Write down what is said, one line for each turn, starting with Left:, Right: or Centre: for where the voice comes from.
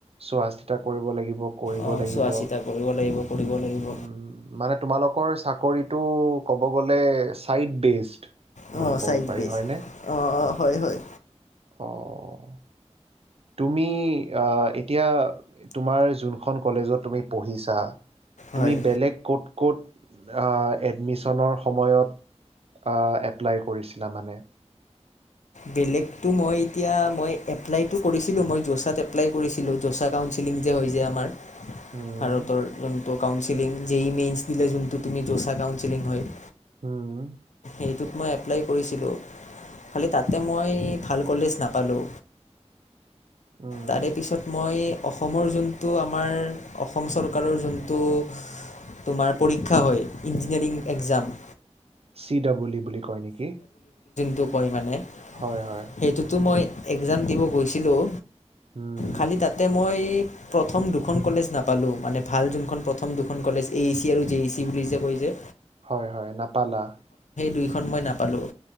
Right: চোৱা চিতা কৰিব লাগিব, কৰিব
Left: অ'
Right: লাগিব,
Left: চোৱা চিতা কৰিব লাগিব কৰিব লাগিব
Right: উম' মানে তোমালোকৰ চাকৰিটো ক'ব গলে চাইটবেষ্ট
Left: অঁ
Right: বুলি ক'ব
Left: চাইড
Right: পাৰি।
Left: বেচ
Right: হয়নে?
Left: অঁ অঁ হয় হয়।
Right: অঁ, তুমি আহ এতিয়া তোমাৰ যোনখন কলেজত তুমি পঢ়িছা
Left: হয়
Right: তুমি বেলেগ ক'ত ক'ত আ এডমিশনৰ সময়ত আ' এপ্লাই কৰিছিলা মানে?
Left: বেলেগতো মই এতিয়া, মই এপ্লাই কৰিছিলোঁ মই জৌছাত এপ্লাই কৰিছিলোঁ, জৌছা গাওন, চিলিং যে হয় যে আমাৰ।
Right: উম,
Left: ভাৰতৰ যোন কাউন্সিল <unintelligible> যোনটো তুমি জৌছা কাউন্সিল হয়
Right: হম।
Left: হেটোত মই এপ্লাই কৰিছিলোঁ, খালি তাতে মই ভাল কলেজ নাপালোঁ।
Right: উম।
Left: তাৰে পিছত মই অসমৰ যোনটো আমাৰ অসম চৰকাৰৰ যোনটো তোমাৰ পৰীক্ষা হয়, engineering exam
Right: C double E বুলি কয় নেকি?
Left: টো কয় মানে
Right: হয়, হয়।
Left: সেইটো তো মই এক্সাম দিব গৈছিলোঁ।
Right: উম।
Left: খালি তাতে মই। প্ৰথম দুখন কলেজ নাপালোঁ, মানে ভাল যোনখন প্ৰথম দুখন কলেজ এ চি আৰু জে ই চি বুলি যে কৈছে।
Right: হয়, হয়, নাপালা।
Left: দুইখন মই নাপালোঁ।